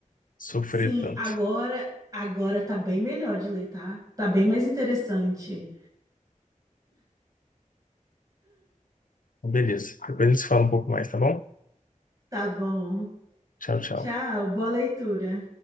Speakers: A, on the left; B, on the right.
A: sofrer
B: Sim,
A: tanto.
B: agora, agora tá bem melhor de ler, tá? Tá bem mais interessante.
A: Então, Beleza, depois a gente se fala um pouco mais, tá bom?
B: Tá bom.
A: Tchau, tchau.
B: Tchau, boa leitura.